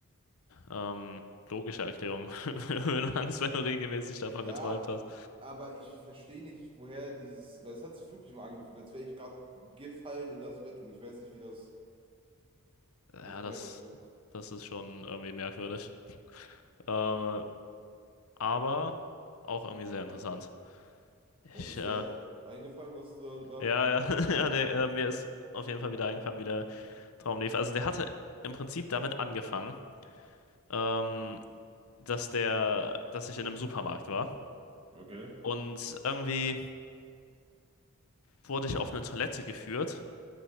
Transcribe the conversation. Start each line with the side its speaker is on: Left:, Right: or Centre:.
Left: Ähm, logische Erklärung. <laughs> für eine Angst, wenn du regelmäßig davon
Right: Ja,
Left: geträumt hast.
Right: aber ich verstehe nicht, woher dieses, weil es hat sich wirklich immer angefühlt, als wäre ich gerade gefallen in das Bett und ich weiß nicht, wie das,
Left: Ja,
Right: also woher
Left: das,
Right: das rührt.
Left: das ist schon irgendwie merkwürdig. Äh, aber auch irgendwie sehr
Right: Ja.
Left: interessant.
Right: Ja,
Left: Ich,
Right: ist
Left: äh,
Right: dir eingefallen, was du da, da
Left: ja,
Right: für ein Traum
Left: ja,
Right: hattest?
Left: <laughs> ja, nee, äh, mir ist auf jeden Fall wieder eingefallen, wie der Traum lief. Also der hatte im Prinzip damit angefangen, ähm, dass der, dass ich in einem Supermarkt war
Right: Okay.
Left: und irgendwie wurde ich auf eine Toilette geführt.